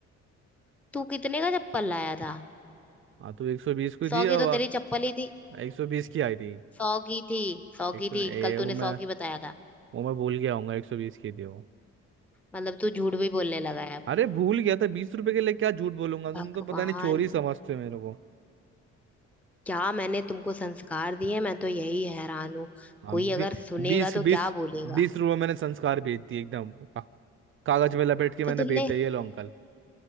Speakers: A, in the centre; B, on the right (about 45°).
A: तू कितने का चप्पल लाया था
B: हाँ तो एक सौ बीस की
A: सौ
B: थी और
A: की तो तेरी चप्पल ही थी
B: एक सौ बीस की आई थी
A: सौ की थी सौ
B: एक
A: की
B: सौ
A: थी
B: ये
A: कल
B: वो
A: तूने
B: मैं
A: सौ की बताया था
B: वो मैं भूल गया हूँ एक सौ बीस की थी वो
A: मतलब तू झूठ भी बोलने लगा है
B: अरे भूल गया था बीस रुपए के लिए क्या झूठ बोलूंगा तुम
A: भगवान
B: तो पता नहीं चोरी समझते हो मेरे को
A: क्या मैंने तुमको संस्कार दिए मैं तो यही हैरान हूँ
B: हाँ
A: कोई
B: बी,
A: अगर सुनेगा
B: बीस बीस
A: तो क्या बोलेगा
B: बीस रुपए मैंने संस्कार बेच दिए एकदम का, कागज में लपेट के मैंने
A: तो तुमने
B: बेच दिया ये लो अंकल